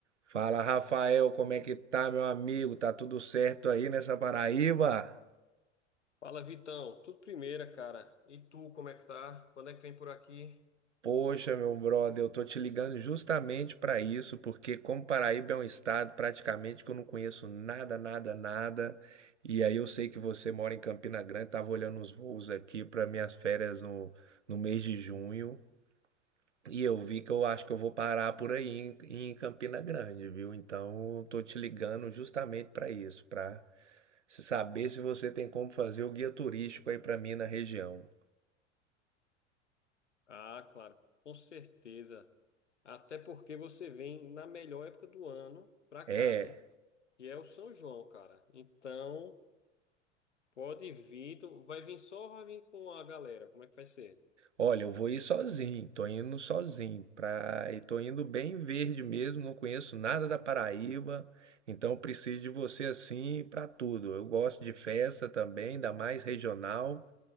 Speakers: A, on the right (about 80°); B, on the left (about 80°).
A: Fala, Rafael, como é que tá, meu amigo? Tá tudo certo aí nessa Paraíba?
B: Fala, Vitão. Tudo primeira, cara. E tu, como é que tá? Quando é que vem por aqui?
A: Poxa, meu brother, eu tô te ligando justamente pra isso, porque como Paraíba é um estado praticamente que eu não conheço nada, nada, nada, e aí eu sei que você mora em Campina Grande, tava olhando os voos aqui para minhas férias no, no mês de junho, e eu vi que eu acho que eu vou parar por aí em, em Campina Grande, viu? Então, eu tô te ligando justamente pra isso, pra Se saber se você tem como fazer o guia turístico aí para mim na região.
B: Ah, claro, com certeza. Até porque você vem na melhor época do ano pra
A: É.
B: cá, né? Que é o São João, cara. Então, pode vir. Tu vai vir só ou vai vir com a galera? Como é que vai ser?
A: Olha, eu vou ir sozinho, tô indo sozinho pra... e tô indo bem verde mesmo, não conheço nada da Paraíba, então eu preciso de você assim para tudo. Eu gosto de festa também, ainda mais regional,